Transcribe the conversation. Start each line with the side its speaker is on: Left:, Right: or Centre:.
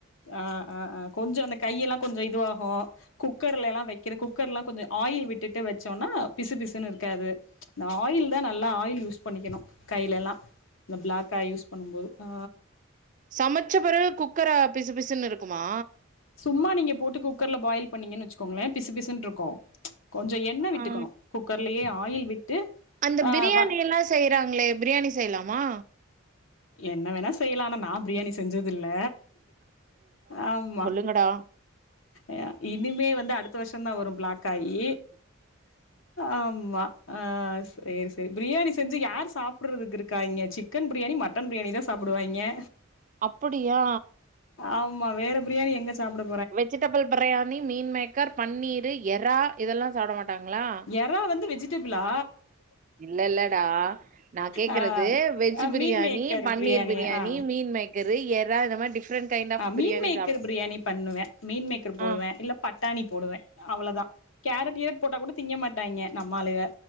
Left: ஆ ஆ ஆ ஆ கொஞ்ச அந்த கையெல்லா கொஞ்ச இதுவாகு குக்கர்ல எல்லா வைக்கிற குக்கர்லா கொஞ்ச ஆயில் விட்டுட்டு வச்சோனா பிசு பிசுனு இருக்காது இந்த ஆயில் தா நல்லா ஆயில் யூஸ் பண்ணிக்கணு கைல எல்லா இந்த பிளாக்கா யூஸ் பண்ணு போது ஆ
Right: சமச்ச பெறவு குக்கர பிசு பிசுன் இருக்குமா
Left: சும்மா நீங்க போட்டு குக்கர்ல பாயில் பண்ணீங்கன் வச்சுக்கோங்களே பிசு பிசுன்ருக்கு கொஞ்ச எண்ணெ விட்டுக்கனு
Right: ஆ
Left: குக்கர்லயே ஆயில் விட்டு
Right: அந்த
Left: ஆ
Right: பிரியாணி
Left: ப
Right: எல்லா செய்றாங்ளே பிரியாணி செய்யலாமா
Left: என்ன வேணா செய்யலா ஆனா நா பிரியாணி செஞ்சது இல்ல ஆமா
Right: எங்கடா
Left: அ இனிமே வந்து அடுத்த வருஷ தா வரு பிளாக் காயி ஆமா ஆ செரி செரி பிரியாணி செஞ்சி யார் சாப்புறதுக்கு இருக்கா இங்க chicken biryani mutton biryani தா சாப்டுவாய்ங்கே
Right: அப்படியா
Left: ஆமா வேற பிரியாணி எங்க சாப்ட
Right: vegetable biryani meal maker paneer எரா இதெல்லா சாப்ட மாட்டாங்ளா
Left: எறா வந்து வெஜிடபிளா
Right: இல்ல இல்லடா நா கேக்கறது
Left: ஆ
Right: வெஜ்
Left: ஆ
Right: பிரியாணி
Left: மீன் மேக்கர்
Right: பன்னீர் பிரியாணி
Left: ஆ
Right: மீ ன்மேக்கரு எறா இந்த மாரி டிஃப்ரெண்ட் கைண்ட் ஆஃப்
Left: ஆ மீன்மேக்கர்
Right: பிரியாணி சாப்டு
Left: பிரியாணி பண்ணுவே மீன்மேக்கர் போடுவே
Right: ஆ
Left: இல்ல பட் டாணி போடுவே அவ்வளோதா கேரட் கீரட் போட்டா கூட திங்க மாட்டாங்க நம்மாளுக்க